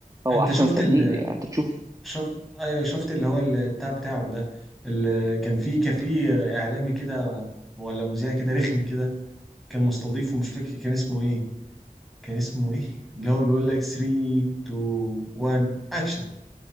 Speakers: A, on the right; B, in the centre.
A: هو
B: انت
A: احسن
B: شفت
A: سنيد
B: ال
A: يعني انت تشوف
B: شفت ايوه شفت اللي هو البتاع بتاعه ده اللي كان فيه كان فيه اعلامي كده ولا مذيع كده رخم كده كان مستضيفه مش فاكر كان اسمه ايه كان اسمه ايه اللي هو بيقول لك 3 2 1 اكشن